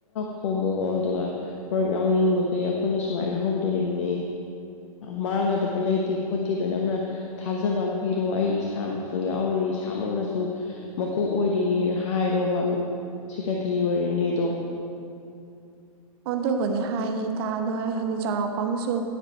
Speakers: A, on the left; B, on the right.
A: ꯈꯣꯝꯃꯛꯣꯛꯑꯣ ꯑꯗꯨꯒ ꯃꯔꯨꯞ ꯌꯥꯎꯅꯤꯡꯕꯒꯤ ꯀ ꯑꯩꯈꯣꯏꯅ ꯁꯨꯃꯥꯏꯅ ꯍꯧꯗꯣꯔꯤꯕꯅꯤ ꯃꯥꯡꯒꯗꯕ ꯂꯩꯇꯦ ꯀꯤꯗꯣ ꯅꯪꯅ ꯊꯥꯖꯕ ꯑꯃ ꯄꯤꯔꯣ ꯑꯩ ꯏꯁꯥꯃꯛꯁꯨ ꯌꯥꯎꯔꯤꯅꯤ ꯏꯁꯥꯃꯛꯅꯁꯨ ꯃꯀꯣꯛ ꯑꯣꯏꯔꯤꯅꯦꯅ ꯍꯥꯏꯔꯣꯕ ꯁꯦꯀꯦꯇ꯭꯭ꯔꯤ ꯑꯣꯏꯔꯤꯅꯦꯗꯣ
B: ꯑꯗꯨꯕꯨꯗꯤ ꯍꯥꯢꯌꯦ ꯏꯇꯥ ꯑꯗꯣ ꯑꯩ ꯑꯩ ꯍꯥꯏꯗꯤ ꯆꯥꯎꯔꯥꯛꯄꯃꯁꯨ